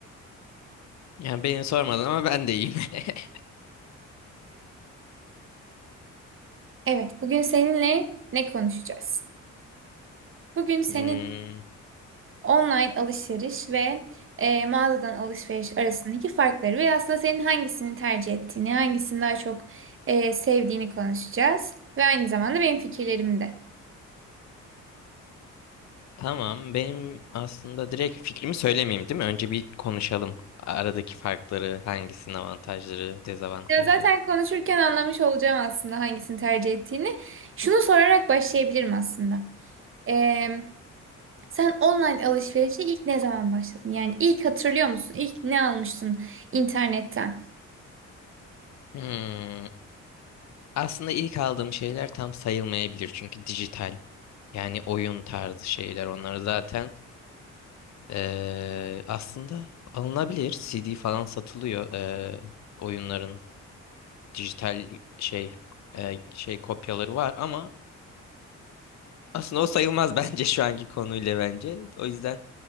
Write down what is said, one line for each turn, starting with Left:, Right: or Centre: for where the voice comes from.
Left: Yani beni sormadın ama ben de iyiyim. <laughs>
Right: Evet, bugün seninle ne konuşacağız? Bugün senin
Left: Hmm,
Right: Online alışveriş ve e, mağazadan alışveriş arasındaki farkları ve aslında senin hangisini tercih ettiğini, hangisini daha çok e, sevdiğini konuşacağız. Ve aynı zamanda benim fikirlerimi de.
Left: tamam. Benim aslında direkt fikrimi söylemeyeyim değil mi? Önce bir konuşalım. Aradaki farkları, hangisinin avantajları, dezavantajları.
Right: Ya zaten konuşurken anlamış olacağım aslında hangisini tercih ettiğini. Şunu sorarak başlayabilirim aslında. E, sen online alışverişe ilk ne zaman başladın? Yani ilk hatırlıyor musun? İlk ne almıştın internetten?
Left: Hmm, aslında ilk aldığım şeyler tam sayılmayabilir çünkü dijital. Yani oyun tarzı şeyler. Onları zaten Ee, aslında alınabilir. CD falan satılıyor. Ee, oyunların dijital şey e, şey kopyaları var ama aslında o sayılmaz <laughs> bence şu anki konuyla bence. O yüzden